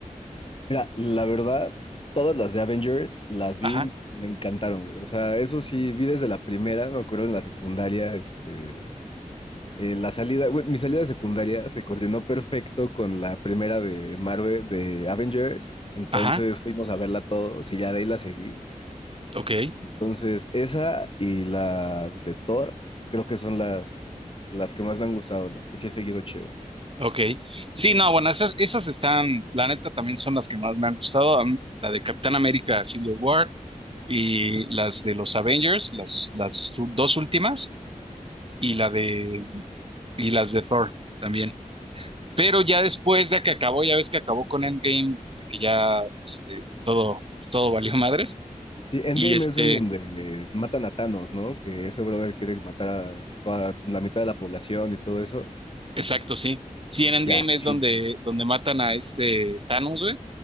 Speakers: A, on the left; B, on the right.
A: Mira, la verdad, todas las de Avengers las vi,
B: Ajá,
A: me encantaron, güey. O sea, eso sí, vi desde la primera, me acuerdo en la secundaria, este, eh, la salida, güey, mi salida de secundaria se coordinó perfecto con la primera de Marvel, de Avengers. Entonces
B: ajá,
A: fuimos a verla todos y ya de ahí la seguí.
B: ok,
A: Entonces, esa y las de Thor, creo que son las, las que más me han gustado, las que sí he seguido chido.
B: ok. Sí, no, bueno, esas, esas están, la neta, también son las que más me han gustado. A mí, La de Capitán América Civil War y las de los Avengers, las, las u- dos últimas, y la de, y las de Thor también. Pero ya después de que acabó, ya ves que acabó con Endgame, de que ya este, todo, todo valió madres.
A: Sí, Endgame
B: Y este,
A: es en donde matan a Thanos, ¿no? Que ese brother quiere matar a toda la mitad de la población y todo eso.
B: exacto, sí. Sí, en Endgame
A: Ya, sí,
B: es donde,
A: sí.
B: donde matan a este Thanos, güey.